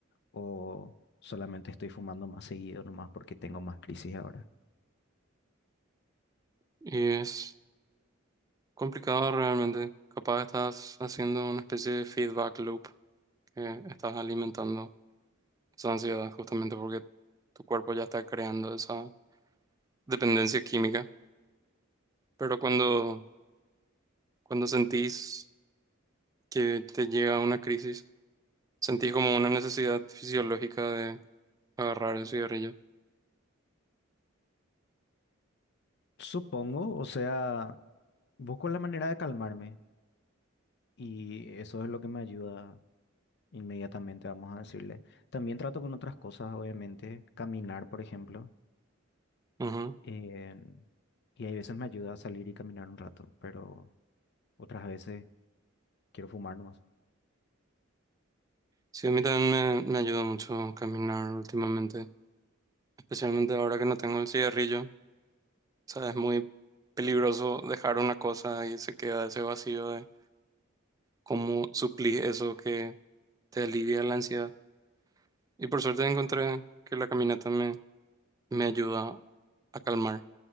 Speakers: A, on the left (about 55°); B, on the right (about 15°).
A: o solamente estoy fumando más seguido nomás porque tengo más crisis ahora.
B: Y es complicado realmente. Capaz estás haciendo una especie de feedback loop que estás alimentando esa ansiedad justamente porque tu cuerpo ya está creando esa dependencia química, pero cuando, cuando sentís que te llega una crisis, sentís como una necesidad fisiológica de agarrar el cigarrillo.
A: Supongo, o sea, busco la manera de calmarme. Y eso es lo que me ayuda inmediatamente, vamos a decirle. También trato con otras cosas, obviamente, caminar, por ejemplo.
B: Ujú.
A: eh, y hay veces me ayuda a salir y caminar un rato, pero otras veces quiero fumar nomás.
B: Sí, a mí también me, me ayuda mucho caminar últimamente, especialmente ahora que no tengo el cigarrillo. O sea, es muy peligroso dejar una cosa y se queda ese vacío de cómo suplís eso que te alivia la ansiedad. Y por suerte encontré que la caminata me, me ayuda a calmar.